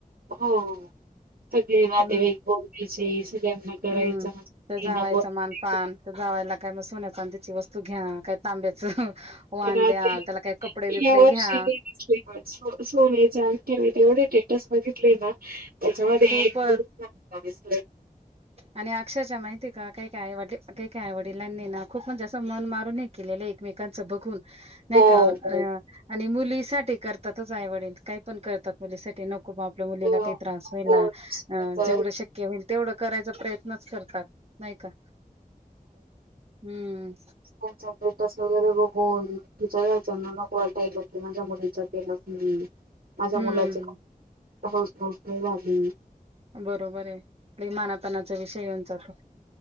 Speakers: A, on the right; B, on the right.
A: हो हो. सगळे नातेवाईक
B: हम्म
A: बोलायचे सगळ्यांना करायचं
B: हम्म तर जावायचा
A: म बोला.
B: मानपान तर जावायला काय मग सोन्याच अ त्या्याची वस्तू घ्या काय तांब्याच वाण
A: पण आता
B: द्या त्याला काय कपडे बिपडे
A: या वर्षी
B: घ्या.
A: नाही दिसले पण सो सोन्याच्या अंगठ्यावर एवढे स्टेटस वग. ना त्याच्यामध्ये
B: खूपच
A: एक दोन दिस.
B: आणि अक्षरशः माहितीय काही कायड काही काय वडिलांनी ना खूप म्हणजे असं मन मारूनही केलेलं एकमेकांचं बघून नाही
A: हो
B: का
A: हो
B: आणि मुलीसाठी करतातच आवडील काही पण करतात मुलीसाठी न आपल्या मुलीला
A: हो
B: काही त्रास होला
A: हो
B: जेवढं शक्य होईल तेवढं. करायचा प्रयत्नच करतात नाही का? हम्म.
A: त्यां पटस वगैरे बघून तुच्या वरच्यांना लक वाटाय ब की माझ्या मुलीचा पेला माझ्या
B: हम्म
A: मुलाचे हो हो.. हो बाबी.
B: बरोबर आहे. आणि मानापनाचा विषय येऊन जातो.